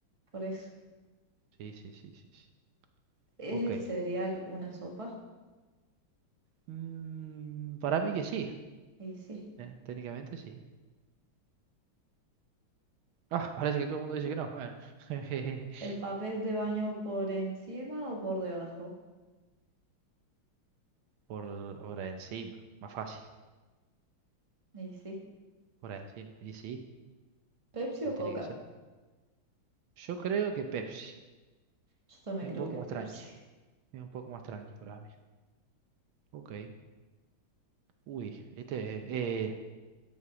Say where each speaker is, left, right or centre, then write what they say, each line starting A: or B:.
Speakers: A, on the right (about 15°); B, on the right (about 75°).
A: por eso.
B: Sí, sí, sí, sí, sí.
A: ¿Es
B: Ok.
A: el cereal una sopa?
B: Mm, para mí que sí,
A: Y sí.
B: eh, Técnicamente sí. Ah, parece que todo el mundo dice que no. Bueno, <laughs>
A: ¿El papel de baño por encima o por debajo?
B: por hora encima, más fácil.
A: Y sí.
B: Por encima. Y sí,
A: ¿Pepsi
B: como
A: o Coca?
B: tiene que ser. Yo creo que Pepsi.
A: Yo también
B: Es
A: creo
B: un poco
A: que
B: más
A: Pepsi.
B: tranqui. Es un poco más tranqui para mí. Ok. Uy, este eh,